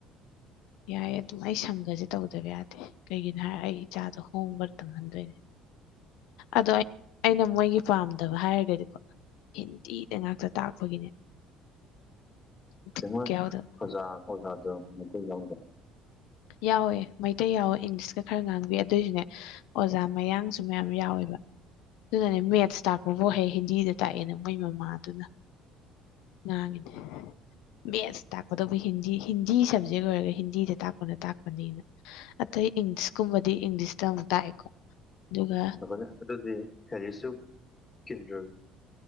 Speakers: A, on the left; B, on the left.
A: ꯌꯥꯏꯌꯦ ꯑꯗꯨꯝ ꯑꯩ ꯁꯪꯒꯁꯦ ꯇꯧꯗꯕ ꯌꯥꯗꯦ ꯀꯩꯒꯤꯅꯣ ꯍꯥꯏꯔ ꯑꯩ ꯏꯆꯥꯗꯣ ꯍꯣꯡꯕꯔ ꯇꯝꯍꯟꯗꯣꯏꯅꯦ ꯑꯗꯣ ꯑꯩꯅ ꯃꯣꯏꯒꯤ ꯄꯥꯝꯗꯕ ꯍꯥꯏꯔꯒꯗꯤꯀꯣ ꯍꯤꯟꯗꯤꯗ ꯉꯥꯛꯇ ꯇꯥꯛꯄꯒꯤꯅꯦ ꯕꯤꯠꯀ
B: ꯐꯦꯡꯃ
A: ꯌꯥꯎꯗꯕ
B: ꯑꯣꯖꯥ ꯑꯣꯖꯥꯗ ꯃꯩꯇꯩ ꯌꯥꯎꯗ
A: ꯌꯥꯎꯋꯦ ꯃꯩꯇꯩ ꯌꯥꯎꯋꯦ ꯏꯪꯂꯤꯁꯀ ꯈꯔ ꯉꯥꯡꯕꯤ ꯑꯗꯨꯏꯖꯨꯅꯦ ꯑꯣꯖꯥ ꯃꯌꯥꯡꯁꯨ ꯃꯌꯥꯝ ꯌꯥꯎꯋꯦꯕ ꯑꯗꯨꯅꯅꯦ ꯃꯦꯠꯁ ꯇꯥꯛꯄꯕꯨ ꯍꯩ ꯍꯤꯟꯗꯤꯗ ꯇꯥꯛꯑꯦ ꯅ ꯃꯣꯏ ꯃꯃꯥꯗꯨꯅ ꯉꯥꯡꯉꯤꯅꯦ ꯃꯦꯠꯁ ꯇꯥꯛꯀꯇꯕꯨ ꯍꯤꯟꯗꯤ ꯍꯤꯟꯗꯤ ꯁꯕꯖꯦꯛ ꯑꯣꯏꯔꯒ ꯍꯤꯟꯗꯤꯗ ꯇꯥꯛꯄꯅ ꯇꯥꯛꯄꯅꯤꯅ ꯑꯇꯩ ꯏꯪꯂꯤꯁꯀꯨꯝꯕꯗꯤ ꯏꯪꯂꯤꯁꯇ ꯑꯃꯨꯛ ꯇꯥꯛꯑꯦꯀꯣ ꯑꯗꯨꯒ
B: ꯉꯥꯏꯈꯣꯅꯦ ꯑꯗꯨꯗꯤ ꯑꯦꯔꯤꯁꯨ ꯀꯤꯟꯗ꯭ꯔꯝ